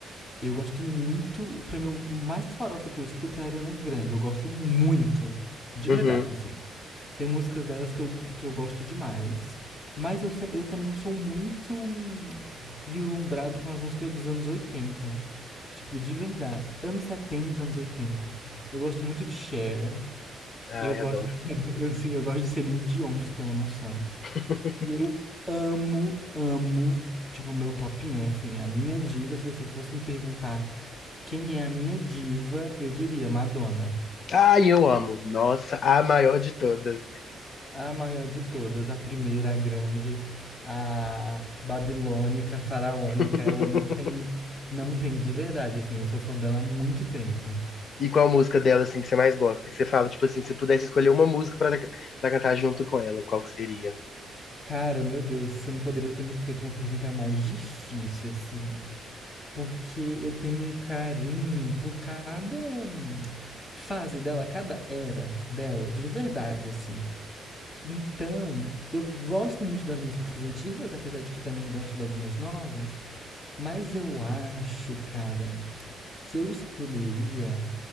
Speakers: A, on the left; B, on the left.
A: Eu gosto muito, pra mim o mais farofa que eu escuto é a Ariana Grande, eu gosto muito, de
B: Uhum.
A: verdade, assim. Tem músicas delas que eu, que eu gosto demais, mas eu, se- eu também sou muito hum, vislumbrado com as músicas dos anos 80, tipo, de verdade, anos 70, anos 80. Eu gosto muito de Cher,
B: Ai,
A: eu gosto,
B: adoro.
A: <laughs> eu, assim, eu gosto de Celine Dion, pra você ter uma noção.
B: <laughs>
A: E eu amo, amo, tipo, o meu top um assim, a minha diva, se você fosse me perguntar quem é a minha diva, eu diria Madonna.
B: Ai, eu amo. Nossa, a maior de todas.
A: A maior de todas, a primeira, a grande, a babilônica, faraônica,
B: <laughs>
A: ela não tem, não tem de verdade, assim, eu sou fã dela há muito tempo.
B: E qual música dela, assim, que você mais gosta? Que você fala, tipo assim, se pudesse escolher uma música pra, pra cantar junto com ela, qual que seria?
A: Cara, meu Deus, você não poderia ter me feito uma pergunta mais difícil, assim. Porque eu tenho um carinho por cada hum, fase dela, cada era dela, de verdade, assim. Então, eu gosto muito das músicas antigas, apesar de que eu também gosto de algumas novas, mas eu acho, cara, que eu escolheria